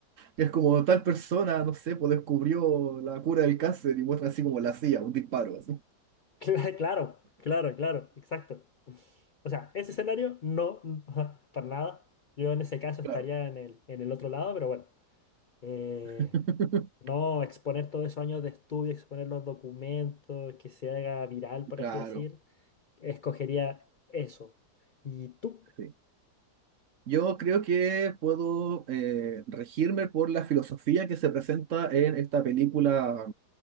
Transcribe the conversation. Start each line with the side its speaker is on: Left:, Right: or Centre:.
Right: Es como tal persona, no sé, pues descubrió la cura del cáncer y muestra así como la hacía, un disparo, así.
Left: <laughs> Cla- Claro, claro, claro, exacto. O sea, ese escenario no, no, <laughs> para nada. Yo en ese caso estaría
Right: Claro,
Left: en el, en el otro lado, pero bueno. Eh,
Right: <laughs>
Left: no exponer todos esos años de estudio, exponer los documentos, que se haga viral, por
Right: claro.
Left: así decir. Escogería eso. ¿Y tú?
Right: sí. Yo creo que puedo eh, regirme por la filosofía que se presenta en esta película